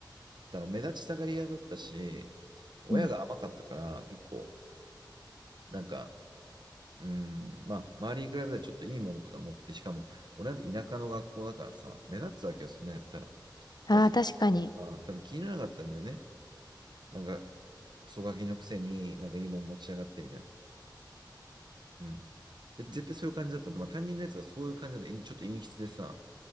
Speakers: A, on the right; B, on the left.
A: てたの、目立ちたがり屋だったし、親が甘かったから結構、
B: うん。
A: なんか、うーん、まあ、周りに比べたらちょっといいものとか持って、しかも、俺なんて田舎の学校だからさ、目立つわけよ、そんなんやったら。だか
B: ああ、
A: ら先生とかもさ、
B: 確かに。
A: 多分気にならなかったんだよね。なんか、クソガキのくせになんかいいもん持ち上がってみたいな。うん。で、絶対そういう感じだったんで、まあ担任のやつがそういう感じで、ちょっと陰湿でさ、